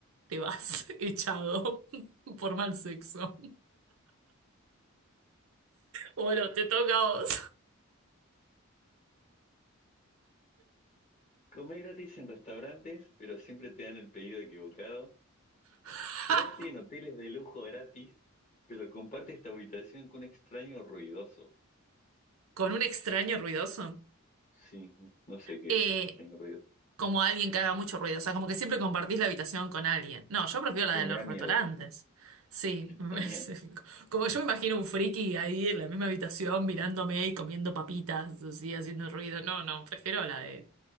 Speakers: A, on the right; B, on the left.
A: Te vas <laughs> echado <laughs> por mal sexo. Bueno, te toca a vos.
B: Comer gratis en restaurantes, pero siempre te dan el pedido equivocado.
A: <laughs>
B: Quedarte en hoteles de lujo gratis, pero comparte esta habitación con un extraño ruidoso.
A: Con un extraño ruidoso.
B: Sí, no sé qué
A: Eh,
B: es extraño ruidoso.
A: como alguien que haga mucho ruido. O sea, como que siempre compartís la habitación con alguien. No, yo prefiero la
B: Sí,
A: de
B: me
A: los
B: da miedo.
A: restaurantes. Sí, <laughs> me-
B: También.
A: como yo me imagino un friki ahí en la misma habitación mirándome y comiendo papitas, así, haciendo ruido. No, no, prefiero la de...